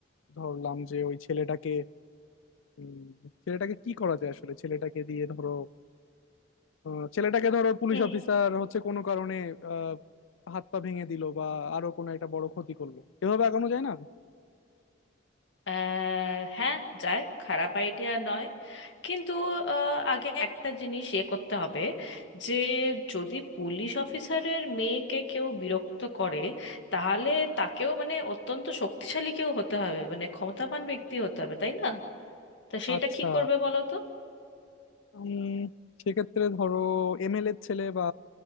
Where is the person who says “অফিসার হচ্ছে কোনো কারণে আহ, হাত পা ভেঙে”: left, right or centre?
Left